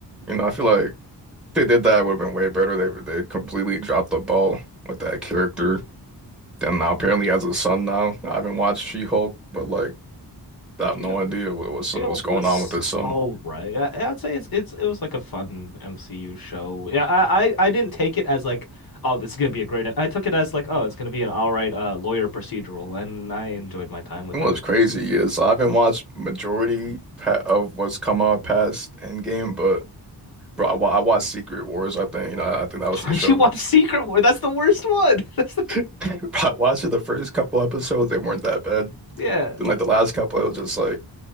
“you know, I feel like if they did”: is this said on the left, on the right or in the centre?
Centre